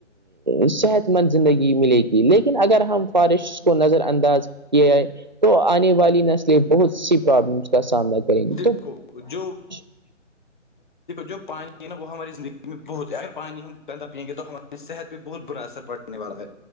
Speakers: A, on the right (about 40°); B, on the left (about 40°).
A: صحت مند زندگی ملے گی لیکن اگر ہم فارسٹ کو نظر انداز یہ ہے تو آنے والی نسلیں بہت سی پرابلمس کا سامنا کریں گی
B: جو <inaudible>
A: ج <inaudible>
B: جو پانی نا وہ ہماری زندگی میں بہت ہے اگر پانی ہم گندا پیئیں گے تو ہمار <inaudible> صحت پہ بہت برا اثر پڑنے والا ہے